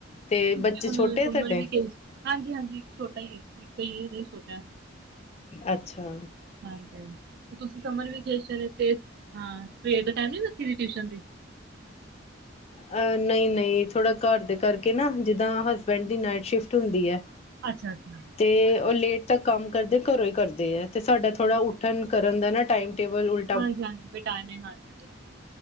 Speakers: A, on the left; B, on the right.
A: ਤੇ
B: ਤੁਸੀਂ
A: ਬੱਚੇ
B: ਹੁਣ
A: ਛੋਟੇ
B: ਸਮਰ
A: ਆ ਤੁਹਾਡੇ
B: ਵੀ ਗਏ ਸੀ। ਹਾਂਜੀ-ਹਾਂਜੀ, ਇੱਕ ਛੋਟਾ ਈ ਐ ਇੱਕ <unintelligible> ਛੋਟਾ। ਹੈ।
A: ਅੱਛਾ।
B: ਹਾਂਜੀ, ਤੁਸੀਂ ਸਮਰ ਵਿਖੇਸ਼ਨ ਤੇ ਹਾਂ। ਸਵੇਰ ਦੇ ਟਾਈਮ ਨੀ ਰੱਖੀ ਦੀ ਟਿਊਸ਼ਨ ਦੀ।
A: ਅ ਨਈ ਨਈ, ਥੋੜਾ ਘਰ ਦੇ ਕਰਕੇ ਨਾ ਜਿੱਦਾਂ ਹਸਬੈਂਡ ਦੀ ਨਾਈਟ ਸ਼ਿਫਟ ਹੁੰਦੀ ਐ।
B: ਅੱਛਾ ਅੱਛਾ।
A: ਤੇ, ਉਹ ਲੇਟ ਤੱਕ ਕੰਮ ਕਰਦੇ ਘਰੋਂ ਹੀ ਕਰਦੇ ਐ, ਤੇ ਸਾਡਾ ਥੋੜ੍ਹਾ ਉੱਠਣ ਕਰਨ ਦਾ ਨਾ ਟਾਈਮ-ਟੇਬਲ ਉਲ
B: ਹਾਂਜੀ-ਹਾਂਜੀ, ਬੇ ਟਾਇਮੈ ਹਾਂਜੀ ਹੋਰ